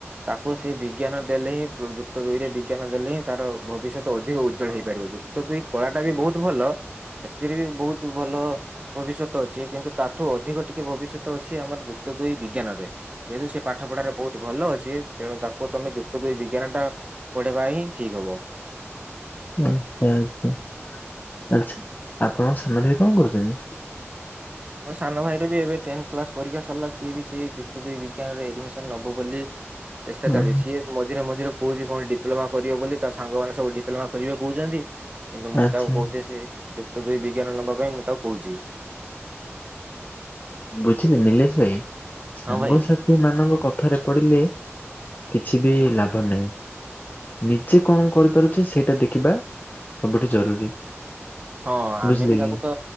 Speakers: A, on the right; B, on the left.
A: ତାକୁ ସେ ବିଜ୍ଞାନ ଦେଲେ ହିଁ ପ୍ର ଯୁକ୍ତ ଦୁଇରେ ବିଜ୍ଞାନ ଦେଲେ ହିଁ ତାର ଭବିଷ୍ୟତ ଅଧିକ ଉ ଉଜ୍ଜଳ ହେଇପାରିବ। ଯୁକ୍ତ ଦୁଇ କଳାଟା ବି ବହୁତ ଭଲ ସେଥିରେ ବି ବହୁତ ଭଲ ଭବିଷ୍ୟତ ଅଛି କିନ୍ତୁ ତାଠୁ ଅଧିକ ଟିକେ ଭବିଷ୍ୟତ ଅଛି ଆମର ଯୁକ୍ତ ଦୁଇ ବିଜ୍ଞାନରେ। ଯେହେତୁ ସେ ପାଠ ପଢାରେ ବହୁତ ଭଲ ଅଛି ତେଣୁ ତାକୁ ତମେ ଯୁକ୍ତ ଦୁଇ ବିଜ୍ଞାନ ଟା ପଢେଇବା ହିଁ ଠିକ ହବ।
B: ଆଚ୍ଛା ଆଚ୍ଛା। ଆଚ୍ଛା ଆପଣଙ୍କ ସାନ ଭାଇ କଣ କରୁଚନ୍ତି?
A: ମୋ ସାନ ଭାଇର ବି ଏବେ ଟେନ୍ଥ କ୍ଲାସ ପରୀକ୍ଷା ସରିଲା ସିଏବି ସେଇ ଯୁକ୍ତ ଦୁଇ ବିଜ୍ଞାନରେ ଏଡମିସନ ନବ ବୋଲି <inaudible> ଚେଷ୍ଟା
B: ଉଁ
A: ଚାଲିଛି। ମଝିରେ ମଝିରେ କହୁଛି କଣ ଡିପ୍ଲୋମା କରିବ ବୋଲି ତା ସାଙ୍ଗ ମାନେ ସବୁ ଡିପ୍ଲୋମା କରିବେ କହୁଛନ୍ତି। କିନ୍ତୁ ମୁଁ
B: ଆଚ୍ଛା
A: ତାକୁ କହୁଛି ସେ ଯୁକ୍ତ ଦୁଇ ବିଜ୍ଞାନ ନବା ପାଇଁ ମୁଁ ତାକୁ କହୁଛି।
B: ବୁଝିଲେ ନିଲେଶ ଭାଇ ସାଙ୍ଗସା
A: ହଁ ଭାଇ
B: ଥି ମାନଙ୍କ କଥାରେ ପଡିଲେ କିଛି ବି ଲାଭ ନାହିଁ। ନିଜେ କଣ କରିପାରୁଛେ ସେଇଟା ଦେଖିବା ସବୁଠି ଜରୁରୀ।
A: ହଁ ଆମେ
B: ବୁଝିଲେ
A: ବି ତାକୁ
B: କି
A: ତ